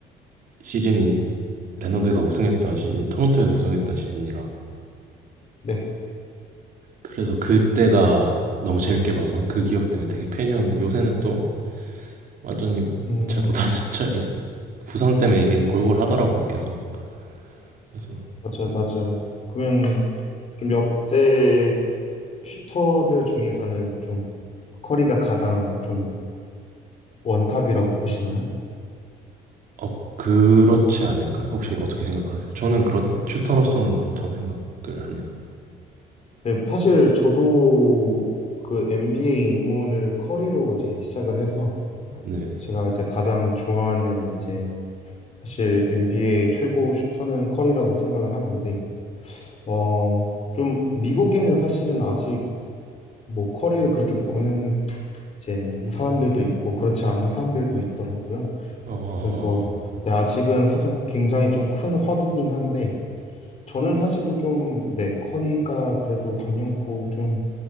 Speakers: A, on the right (about 55°); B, on the left (about 40°).
A: 시즌이 레너드가 우승했던 시즌 토론토에서 우승했던 시즌이라
B: 네.
A: 그래서 그때가 너무 재밌게 봐서 그 기억 때문에 되게 팬이었는데 요새는 또 완전히
B: 음,
A: 잘 못하는 <laughs> 차 부상 때문에 이게 골골하더라고요 계속 그래서
B: 맞아요, 맞아요. 그러면 좀 역대 슈터들 중에서는 좀 커리가 가장 좀 원탑이라고 보시나요?
A: 어 그렇지 않을까요? 혹시 어떻게 생각하세요? 저는 그렇 슈터로서는 그렇다고 생각을 합니다.
B: 네, 사실 저도 그 n b a 입문을 커리로 이제 시작을 해서
A: 네.
B: 제가 이제 가장 좋아하는 이제 사실 NBA 최고 슈터는 커리라고 생각을 하는데 어, 좀 미국에는 사실은 아직 뭐 커리를 그렇게 보는 이제
A: 음.
B: 사람들도 있고 그렇지 않은 사람들도 있더라고요.
A: 어
B: 그래서 네, 아직은 사실 굉장히 좀 큰 화두긴 한데 저는 사실은 좀 네, 커리가 그래도 당연코 좀